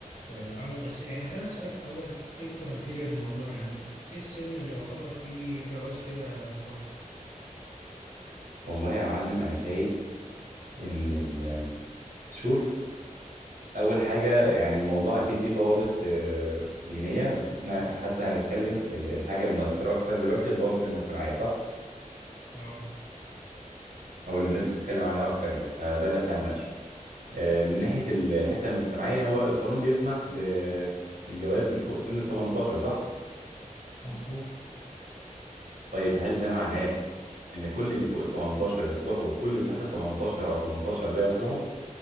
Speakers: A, on the left; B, on the right.
A: آه، عامل بس يعني خلينا اسألك الاول ايه الكرايتيريا للموضوع يعني ايه السن اللي يعتبر فيه جواز كده مبكر
B: والله يا معلم انا شايف ان ال- شوف اول حاجة يعني الموضوع اكيد ليه ضوابط آه، دينية بس احنا حتى هنتكلم ال- الحاجة المؤثرة اكتر دلوقتي الضوابط المجتمعية صح
A: اه
B: او اللي الناس بتتكلم عليها اكتر يعني فده اللي احنا هنناقشه آه، من ناحية ال- الحتة المجتمعية هو القانون بيسمح ب- بالجواز من فوق سن ال 18 صح؟
A: مظبوط
B: طيب هل ده معناه إن كل اللي فوق ال 18 يصلحوا وكل اللي تحت ال 18 أو 18 لا يصلحوا؟